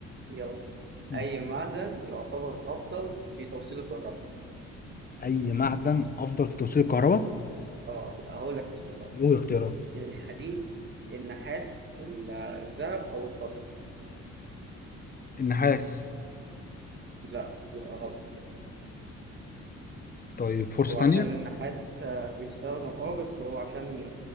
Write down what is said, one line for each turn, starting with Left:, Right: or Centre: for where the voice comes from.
Right: يلا
Left: م.
Right: اي معدن يعتبر افضل في توصيل الكهرباء
Left: أي معدن أفضل في توصيل الكهرباء؟
Right: اه هقول لك اختيارات
Left: قول اختيارات
Right: الحديد النحاس ال- الذهب او الفضه
Left: النحاس
Right: لا يبقى غلط
Left: طيب فرصة
Right: هو
Left: تانية
Right: عشان النحاس آه، بيستخدم اه بس هو عشان